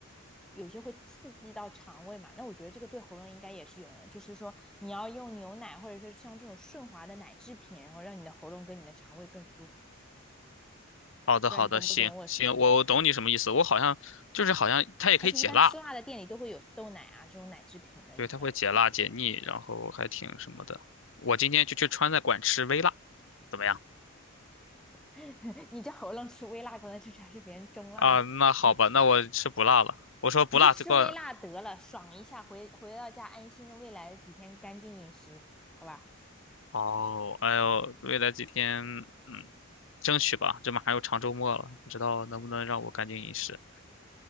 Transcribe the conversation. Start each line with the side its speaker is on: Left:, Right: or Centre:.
Centre: 有些会刺激到肠胃嘛。那我觉得这个对喉咙应该也是有的，就是说你要用牛奶，或者说像这种顺滑的奶制品，然后让你的喉咙跟你的肠胃更舒服。
Left: 好的好的，
Centre: 不知道你懂不懂我说的意思？
Left: 行行，我我懂你什么意思。我好像就是好像它也可以解辣，
Centre: 而且一般吃辣的店里都会有豆奶啊这种奶制品的饮料。
Left: 对，它会解辣解腻，然后还挺什么的。我今天就去川菜馆吃微辣，怎么样？
Centre: <laughs> 你这喉咙吃微辣，可能就才是别人中辣的感觉。
Left: 啊，那好吧，那我吃不辣了。我说不辣这个，
Centre: 你就吃微辣得了，爽一下，回回到家安心的未来的几天干净饮食，好吧？
Left: 哦，哎呦，未来几天，嗯，争取吧，这马上又长周末了，不知道能不能让我赶紧饮食。